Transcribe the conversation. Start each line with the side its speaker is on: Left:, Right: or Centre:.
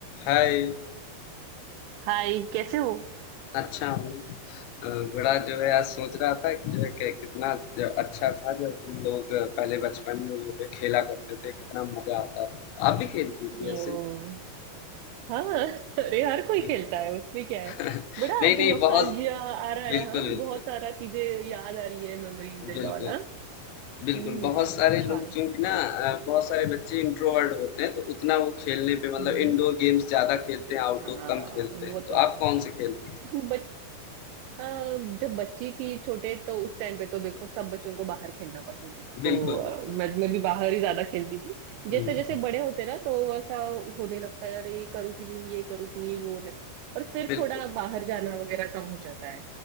Left: हाय,
Right: हाय कैसे हो
Left: अच्छा हूँ। अ, बड़ा जो है आज सोच रहा था कि जो है कि कितना ज अच्छा था जब हम लोग अ, पहले बचपन में जो है खेला करते थे, कितना मज़ा आता था। आप भी खेलती थी
Right: ओ,
Left: ऐसे?
Right: हाँ <laughs> अरे हर कोई
Left: <laughs>
Right: खेलता है उसमें क्या है
Left: नहीं,
Right: बड़ा आज
Left: नहीं
Right: नॉस्टैल्जिया
Left: बहुत
Right: आ रहा है
Left: बिल्कुल,
Right: हाँ
Left: बिल्कुल।
Right: बहुत सारा चीजें याद आ रही है मेमोरीज एंड
Left: बिल्कुल,
Right: ऑल हाँ हम्म
Left: बिल्कुल। बहुत सारे
Right: अच्छा
Left: लोग चूँकि ना अ, बहुत सारे बच्चे इंट्रोवर्ट होते हैं तो उतना वो खेलने पे मतलब
Right: हम्म
Left: इनडोर गेम्स ज़्यादा खेलते हैं, आउटडोर
Right: हाँ
Left: कम खेलते
Right: वो
Left: हैं। तो
Right: तो
Left: आप
Right: है
Left: कौन से खेलती थी?
Right: <laughs> अ, जब बच्ची थी छोटे तो उस टाइम पे तो देखो सब बच्चों को बाहर खेलना पसंद है
Left: बिल्कुल,
Right: तो अ,
Left: बिल्कुल।
Right: मैं मैं भी बाहर ही ज्यादा खेलती थी
Left: हुँ,
Right: जैसे जैसे बड़े होते ना तो ऐसा होने लगता है अरे ये करूँ कि नहीं ये करूँ कि नहीं वो नहीं और फिर
Left: बिल्कुल।
Right: थोड़ा बाहर जाना वगैरह कम हो जाता है